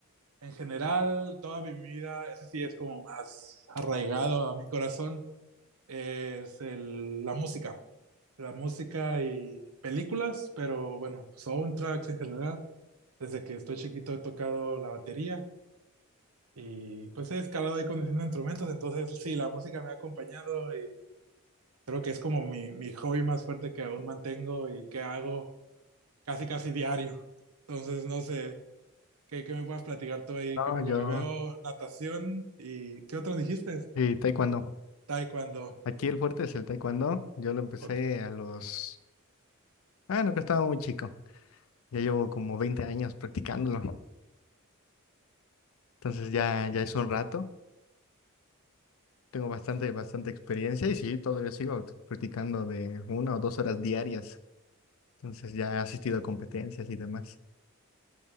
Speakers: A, on the right; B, on the left.
A: En general, toda mi vida, ese sí es como más arraigado a mi corazón, es el, la música. La música y películas, pero bueno, soundtracks en general. Desde que estoy chiquito he tocado la batería Y pues he escalado ahí conduciendo instrumentos, entonces sí, la música me ha acompañado y creo que es como mi, mi hobby más fuerte que aún mantengo y que hago casi casi diario. Entonces no sé, ¿qué, qué me puedas platicar tú ahí?
B: No,
A: Que por lo
B: yo,
A: que veo, natación y ¿qué otro dijiste?
B: eh, taekwondo.
A: Taekwondo.
B: Aquí el fuerte es el taekwondo. Yo lo empecé
A: Ok,
B: a los... Ah, no, que estaba muy chico. Ya llevo como 20 años practicándolo. Entonces ya, ya es un rato, tengo bastante, bastante experiencia y sí, todavía sigo practicando de una o dos horas diarias. Entonces ya he asistido a competencias y demás.